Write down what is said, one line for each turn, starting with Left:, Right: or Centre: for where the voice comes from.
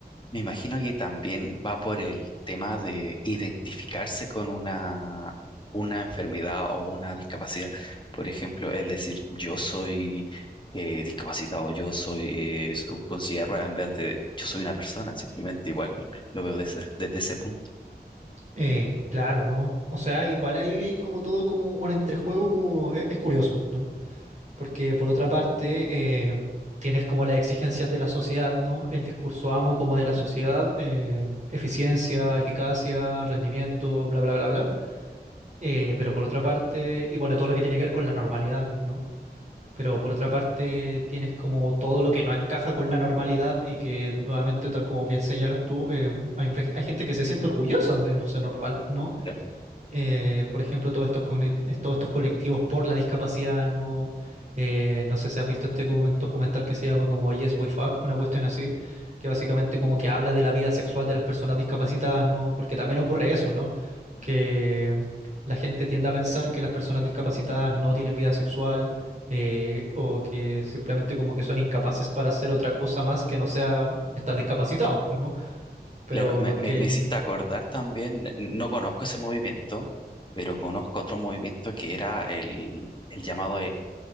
Left: Me imagino que también va por el tema de identificarse con una, una enfermedad o una discapacidad. Por ejemplo, el decir yo soy eh, discapacitado, yo soy eh, so- con silla de ruedas", en vez de yo soy una persona, simplemente igual lo veo desde, desde ese punto.
Right: Eh, claro, ¿no? O sea, igual ahí hay como todo como un entrejuego, como es, es curioso, ¿no? Porque por otra parte, eh, tienes como las exigencias de la sociedad, ¿no? El discurso amo como de la sociedad, eh, eficiencia, eficacia, rendimiento, bla, bla, bla, bla. Eh, pero por otra parte, y bueno, todo lo que tiene que ver con la normalidad, ¿no? Pero por otra parte, tienes como todo lo que no encaja con la normalidad y que nuevamente, tal como bien señalas tú, eh, hay, ve- hay gente que se siente orgullosa de no ser normal, ¿no?
Left: Claro,
Right: eh, por ejemplo, todos estos, cogni- es- todos estos colectivos por la discapacidad, no, eh, no sé si has visto este documen- documental que se llama como Yes We Fuck, una cuestión así, que básicamente como que habla de la vida sexual de las personas discapacitadas, no, porque también ocurre eso, ¿no? Que la gente tiende a pensar que las personas discapacitadas no tienen vida sexual. eh, o que simplemente como que son incapaces para hacer otra cosa más que no sea estar discapacitados, ¿no? Pero
Left: Claro, me, me,
Right: que
Left: me hiciste
Right: n-
Left: acordar también, n- no conozco ese movimiento, pero conozco otro movimiento que era el, el llamado